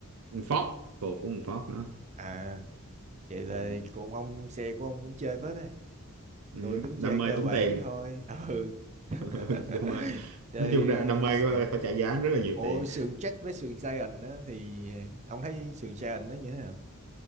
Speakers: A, on the right; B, on the right.
A: Ford thuộc của con Ford đó
B: à vậy là
A: ừ.
B: cũng ông xe của ông cũng chơi phết đấy
A: Ừ.
B: tôi tính
A: đam
B: chơi
A: mê
B: cơ
A: tốn
B: bản
A: tiền
B: thôi ừ <laughs>
A: <laughs> ừ, đam mê
B: chơi
A: nói chung đam, đam mê
B: ờ, sườn
A: phải trả giá rất là nhiều
B: ôi
A: tiền
B: sườn chết với sườn Saiyan á thì ông thấy sườn Saiyan nó như thế nào